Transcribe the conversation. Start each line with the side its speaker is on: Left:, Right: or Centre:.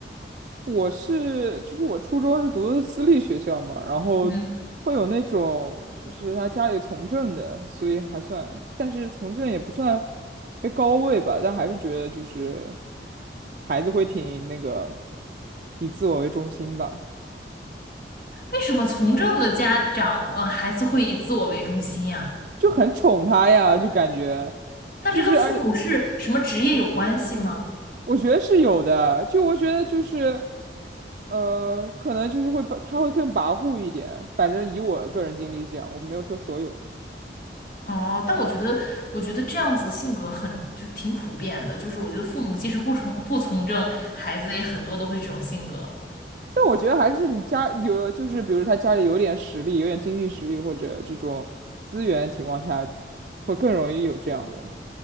Right: 我是，就是我初中是读的私立学校嘛，然后
Left: 嗯，
Right: 会有那种，就是他家里从政的，所以还算，但是从政也不算特别高位吧，但还是觉得就是孩子会挺那个，以自我为中心吧，
Left: 为什么从政的家长，呃，孩子会以自我为中心呀？
Right: 就很宠他呀，就感觉
Left: 那这跟父母是什么职业有关系吗？
Right: 就是而。我觉得是有的，就我觉得就是，呃，可能就是会把他会更跋扈一点。反正以我个人经历是这样，我没有说所有的，
Left: 哦，但我觉得，我觉得这样子性格很，就挺普遍的。就是我觉得父母即使不从不从政，孩子也很多都会这种性格。
Right: 但我觉得还是你家有，就是比如他家里有点实力，有点经济实力或者这种资源情况下，会更容易有这样的。